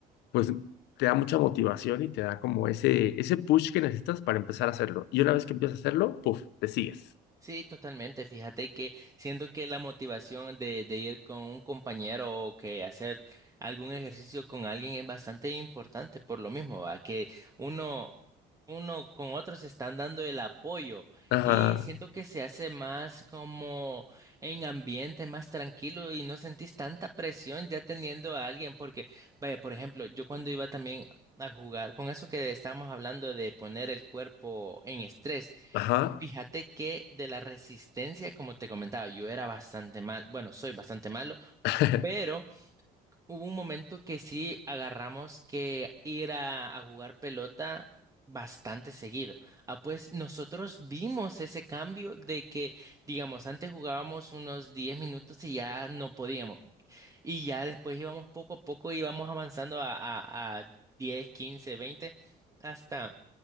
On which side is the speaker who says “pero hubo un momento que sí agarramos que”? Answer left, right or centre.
Right